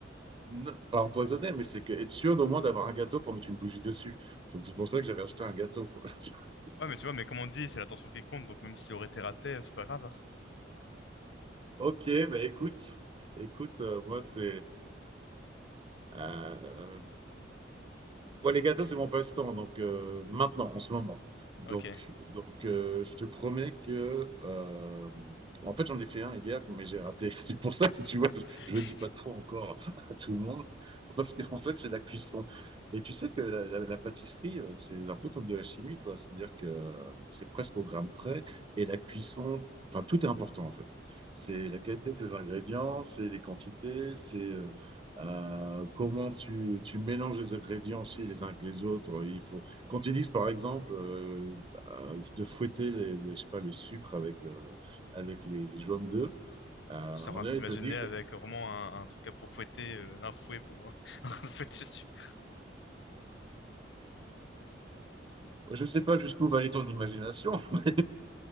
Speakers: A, on the right; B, on the left.
A: non, pas empoisonné, mais c'est que être sûr au moins d'avoir un gâteau pour mettre une bougie dessus. Donc, c'est pour ça que j'avais acheté un gâteau, quoi. <laughs>
B: Ouais, mais tu vois, mais comme on dit, c'est l'attention qui compte, donc même s'il aurait été raté, c'est pas grave. hein.
A: Ok, bah écoute, écoute, euh, moi c'est euh, moi, les gâteaux, c'est mon passe-temps, donc euh, maintenant, en ce moment. Donc,
B: Ok.
A: donc euh, je te promets que. euh, en fait, j'en ai fait un hier, mais j'ai raté. <laughs> C'est pour ça que si tu vois,
B: <laughs>
A: je ne dis pas trop encore <laughs> à tout le monde, parce qu'en fait, c'est la cuisson. Et tu sais que la, la- la pâtisserie, euh, c'est un peu comme de la chimie, quoi. C'est-à-dire que euh, c'est presque au gramme près, et la cuisson, enfin, tout est important, en fait. C'est
B: Oui.
A: la qualité de tes ingrédients, c'est les quantités, c'est. euh, euh, comment tu, tu mélanges les ingrédients aussi les uns que les autres. Il faut, quand ils disent, par exemple, euh, euh, de fouetter les, les- je sais pas, le sucre avec, euh, avec les, les jaunes d'œufs, euh,
B: Genre,
A: on
B: à
A: est,
B: t'imaginer
A: ils te disent,
B: avec vraiment un, un truc à pour fouetter, euh, un fouet pour <laughs> euh, fouetter le sucre.
A: je ne sais pas jusqu'où va aller ton imagination. <laughs> mais